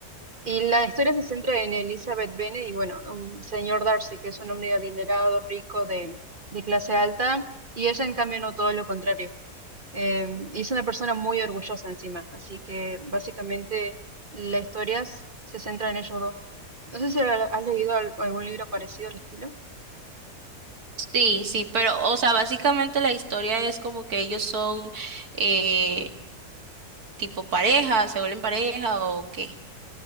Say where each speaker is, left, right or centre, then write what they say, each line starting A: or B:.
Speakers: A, on the right; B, on the right.
A: Y la historia se centra en Elizabeth Bennet y, bueno, un señor Darcy, que es un hombre adinerado, rico, de, de clase alta, y ella, en cambio, no todo lo contrario. Em, y es una persona muy orgullosa encima, así que básicamente la historia s- se centra en ellos dos. No sé si has leído al- algún libro parecido al estilo.
B: Sí, sí, pero, o sea, básicamente la historia es como que ellos son eh, tipo pareja, se vuelven pareja o qué.